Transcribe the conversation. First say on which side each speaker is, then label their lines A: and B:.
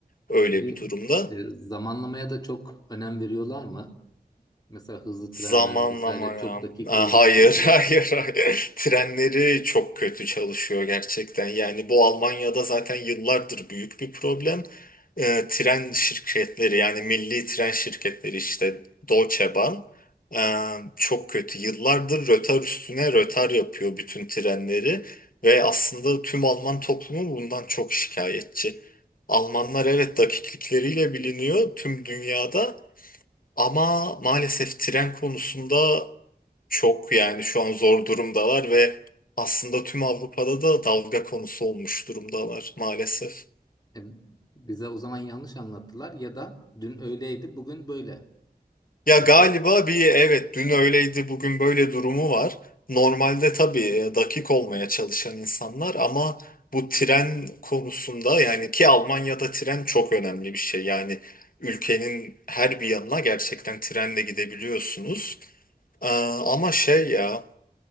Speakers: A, on the left; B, on the left.
A: öyle
B: Peki
A: bir durumda.
B: e, zamanlamaya da çok önem veriyorlar mı? Mesela hızlı trenler
A: Zamanlama
B: vesaire
A: ya.
B: çok dakik
A: Aa,
B: olduğunu
A: Hayır,
B: söylüyorlar.
A: <laughs> hayır, hayır. Trenleri çok kötü çalışıyor gerçekten. Yani bu Almanya'da zaten yıllardır büyük bir problem. Ee, tren şirketleri yani milli tren şirketleri işte Deutsche Bahn ee, çok kötü. Yıllardır rötar üstüne rötar yapıyor bütün trenleri ve aslında tüm Alman toplumu bundan çok şikayetçi. Almanlar evet dakiklikleriyle biliniyor tüm dünyada ama maalesef tren konusunda çok yani şu an zor durumdalar ve aslında tüm Avrupa'da da dalga konusu olmuş durumdalar maalesef.
B: E, bize o zaman yanlış anlattılar ya da dün öyleydi, bugün böyle.
A: Ya
B: Çünkü
A: galiba bir evet dün öyleydi bugün böyle durumu var. Normalde tabii e, dakik olmaya çalışan insanlar ama bu tren konusunda yani ki Almanya'da tren çok önemli bir şey. Yani ülkenin her bir yanına gerçekten trenle gidebiliyorsunuz. Ee, ama şey ya